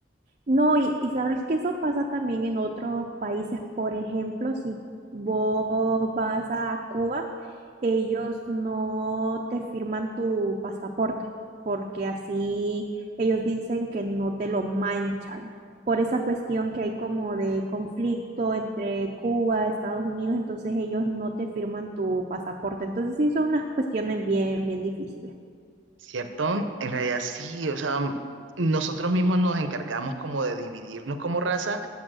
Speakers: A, on the right; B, on the right.
A: No, y, y sabes que eso pasa también en otros países. Por ejemplo, si vos vas a Cuba, ellos no te firman tu pasaporte, porque así ellos dicen que no te lo manchan. Por esa cuestión que hay como de conflicto entre Cuba, Estados Unidos, entonces ellos no te firman tu pasaporte. Entonces sí son unas cuestiones bien, bien difíciles.
B: ¿cierto? En realidad sí, o sea, nosotros mismos nos encargamos como de dividirnos como raza